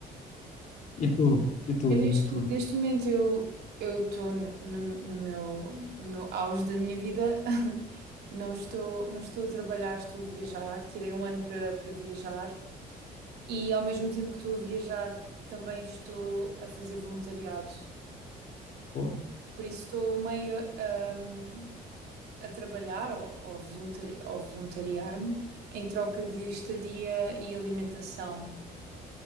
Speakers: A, on the left; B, on the right.
A: E tu? E tu?
B: Eu Neste,
A: Diz-me tu.
B: neste momento eu eu estou no, no meu no meu auge da minha vida. <laughs> Não estou não estou a trabalhar, estou a viajar. Tirei um ano para para viajar e ao mesmo tempo que estou a viajar também estou a fazer voluntariado.
A: Boa.
B: Por isso estou meio hum, a trabalhar ou, ou, voluntari, ou voluntariar-me em troca de estadia e alimentação.